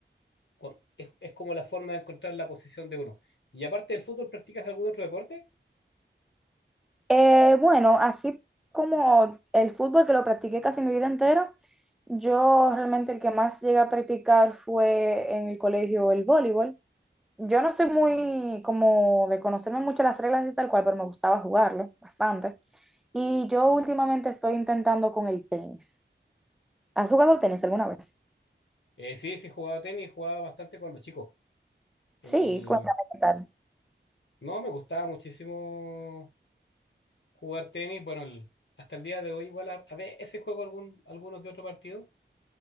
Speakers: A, on the left; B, in the centre.
A: con- es, es como la forma de encontrar la posición de uno. Y aparte del fútbol, ¿practicas algún otro deporte?
B: Eh, bueno, así como el fútbol que lo practiqué casi mi vida entera, yo realmente el que más llegué a practicar fue en el colegio el voleibol. Yo no soy muy como de conocerme mucho las reglas y tal cual, pero me gustaba jugarlo bastante. Y yo últimamente estoy intentando con el tenis. ¿Has jugado tenis alguna vez?
A: Eh, sí, sí, jugaba tenis, jugaba bastante cuando chico. El...
B: Sí, cuéntame qué tal.
A: No, me gustaba muchísimo jugar tenis. Bueno, el- hasta el día de hoy igual a, a veces juego algún, alguno que otro partido.